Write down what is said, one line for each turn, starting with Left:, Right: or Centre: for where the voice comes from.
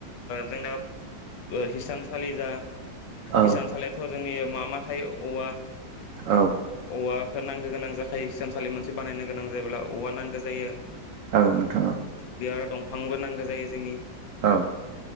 Left: जोंना हिसानसालि जा
Right: औ
Left: हिसानसालियाथ' जोंनि मामा थायो औवा
Right: औ
Left: औवाखौ नांगौ गोनां जाखायो हसानसालि मोनसे बानायनो गोनां जायोब्ला औवा नांगौ जायो
Right: औ नोंथां औ नोंथां औ
Left: बे आरो दंफांबो नांगौ जायो जोंनि
Right: औ